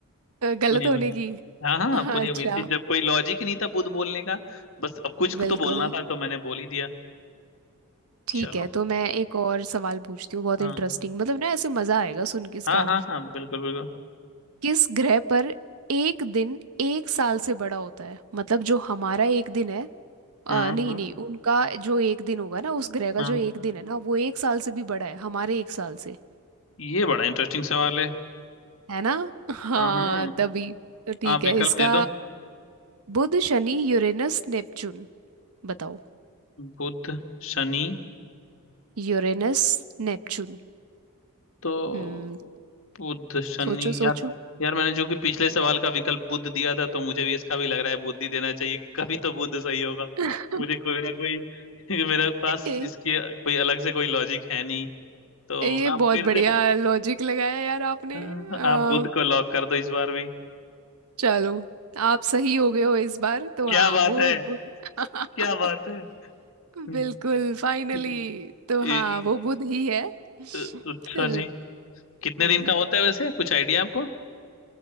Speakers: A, on the right; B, on the left.
A: गलत
B: पूरी
A: होने
B: उम्मीद
A: की
B: हाँ हाँ
A: अच्छा
B: पूरी उम्मीद थी जब कोई लॉजिक ही नहीं था बुध बोलने का बस अब कुछ
A: बिल्कुल
B: तो बोलना था तो मैंने बोल ही दिया
A: ठीक
B: चलो
A: है तो मैं एक और सवाल पूछती हूँ बहुत
B: हाँ
A: इंटरेस्टिंग मतलब ना ऐसे मजा आएगा सुन के इसका
B: हाँ हाँ हाँ बिल्कुल बिल्कुल
A: किस ग्रह पर एक दिन एक साल से बड़ा होता है मतलब जो हमारा एक दिन है आ,
B: हम्म
A: नहीं
B: हम्म
A: नहीं उनका जो एक दिन होगा ना उस ग्रह का
B: हम्म।
A: जो एक दिन है ना वो एक साल से भी बड़ा है हमारे एक साल से
B: ये बड़ा इंटरेस्टिंग सवाल है
A: है ना हाँ
B: हाँ हाँ
A: तभी तो ठीक
B: आप
A: है
B: विकल्प
A: इसका
B: दे दो
A: बुध शनि यूरेनस नेपच्यून बताओ
B: बुध शनि
A: Uranus Neptune
B: तो
A: हम्म
B: बुध शनि
A: सोचो सोचो
B: यार यार मैंने जो कि पिछले सवाल का विकल्प बुध दिया था तो मुझे भी इसका भी लग रहा है बुध ही देना चाहिए कि कभी तो बुध सही होगा
A: <laughs>
B: मुझे कोई ना कोई <laughs> मेरे पास
A: ये
B: इसकी कोई अलग से कोई लॉजिक है नहीं तो
A: ये
B: आप
A: बहुत
B: फिर
A: बढ़िया
B: से
A: लॉजिक लगाया यार आपने
B: <laughs>
A: अ,
B: आप बुध को लॉक कर दो इस बार भी
A: चलो आप सही हो गए हो इस बार तो
B: क्या
A: हाँ
B: बात
A: वो
B: है
A: बुध <laughs>
B: क्या बात है <laughs> हम्म,
A: बिल्कुल फाइनली
B: इ-
A: तो
B: इ-
A: हाँ
B: इ-
A: वो बुध ही है <laughs>
B: अच्छा जी कितने
A: हम्म
B: दिन का होता है वैसे कुछ आइडिया आपको